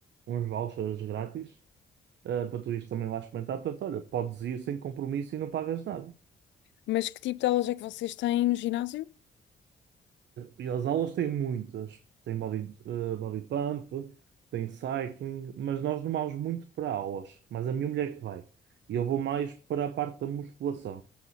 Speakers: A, on the right (about 70°); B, on the left (about 80°).
A: uns vouchers grátis, eh, para tu ires também lá experimentar. Portanto, olha, podes ir sem compromisso e não pagas nada.
B: Mas que tipo de aulas é que vocês têm no ginásio?
A: E as aulas têm muitas. Tem body, eh, body pump, tem cycling, mas nós não vamos muito para aulas. Mas a minha mulher que vai. E eu vou mais para a parte da musculação.